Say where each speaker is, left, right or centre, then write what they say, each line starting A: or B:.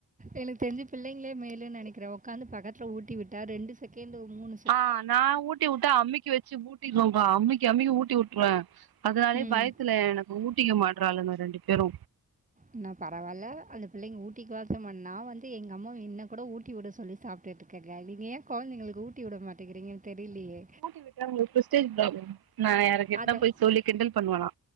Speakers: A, on the right (about 20°); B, on the right (about 85°).
A: எனக்கு தெரிஞ்சு பிள்ளைங்களே மேலு நனைக்கற ஒக்காந்து பக்கத்துல ஊட்டி விட்டா ரெண்டு செகண்ட்டு மூணு
B: ஆ நா ஊட்டி வுட்டா அமுக்கி வெச்சு ஊட்டிருவன்‌பா அமுக்கி அமுக்கி ஊட்டி உட்டுருவ அதனாலே
A: ம்.
B: பயத்துல எனக்கு ஊட்டிக்க மாட்றாளுங்க ரெண்டு பேரு
A: என்ன பரவாயில்ல அந்த பிள்ளைங்க ஊட்டிக்க வாத்தமன் நா‌வந்து எங்க அம்மாவ இன்னு கூட ஊட்டி விட சொல்லி சாப் டெட்டுக்க களினி கொழந்தைகளுக்கு ஊட்டி விட மாட்டேங்கறீங்கன்னு தெரிலையே
B: ஊட்டி விட்டா அவுங்களுக்கு பிரெஸ்டிஜ் பிராப்ளம் நா யாரு கிட்ட
A: அதை
B: போய் சொல்லி கிண்டல் பண்வலா